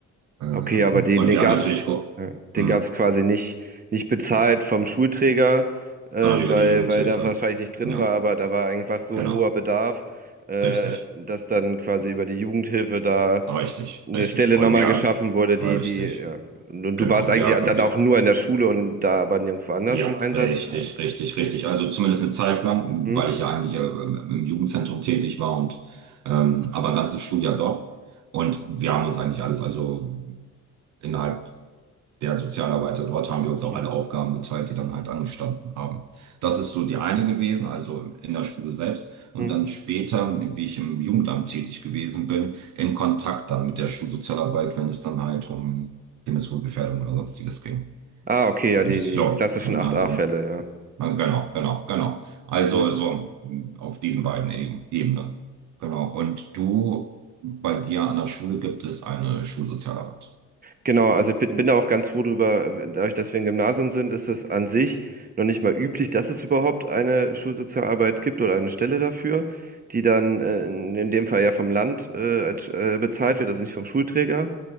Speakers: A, on the right; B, on the right.
A: Ähm,
B: Okay, aber den,
A: und
B: den
A: wir
B: gab's,
A: haben natürlich geguckt,
B: ja, den
A: hm,
B: gab's quasi nicht, nicht bezahlt vom Schulträger, ähm,
A: sondern über
B: weil,
A: die Jugendhilfe.
B: weil da wahrscheinlich nicht drin
A: Ja,
B: war, aber da war einfach so
A: genau.
B: ein hoher Bedarf, äh,
A: Richtig.
B: dass dann quasi über die Jugendhilfe da
A: Richtig,
B: eine
A: richtig.
B: Stelle
A: Und
B: nochmal
A: wir
B: geschaffen
A: haben,
B: wurde, die,
A: richtig,
B: die, ja. Und, und
A: genau.
B: du warst
A: Und
B: eigentlich
A: wir
B: dann
A: wir,
B: auch nur in der Schule und da aber nirgendwo anders
A: Ja,
B: im Einsatz.
A: richtig,
B: Ja.
A: richtig, richtig. Also zumindest eine Zeit lang,
B: Hm?
A: weil ich ja eigentlich äh, im im Jugendzentrum tätig war und ähm, aber ein ganzes Schuljahr doch. Und wir haben uns eigentlich alles, also innerhalb der Sozialarbeiter dort haben wir uns auch
B: Hm?
A: alle Aufgaben geteilt, die dann halt angestanden haben. Das ist so die eine gewesen, also in der Schule selbst. Und
B: Hm?
A: dann später, wie ich im Jugendamt tätig gewesen bin, im Kontakt dann mit der Schulsozialarbeit, wenn es dann halt um Kindeswohlgefährdung oder sonstiges ging.
B: Ah, okay, ja, die,
A: So,
B: die klassischen 8a-Fälle,
A: also. Ja, Genau, genau, genau. Also
B: ja. <laughs>
A: so mh, auf diesen beiden E- Ebenen. Genau. Und du, bei dir an der Schule gibt es eine Schulsozialarbeit.
B: Genau, also ich bin, bin da auch ganz froh drüber. Dadurch, dass wir ein Gymnasium sind, ist es an sich noch nicht mal üblich, dass es überhaupt eine Schulsozialarbeit gibt oder eine Stelle dafür, die dann äh, in in dem Fall ja vom Land äh, als, äh, bezahlt wird, also nicht vom Schulträger.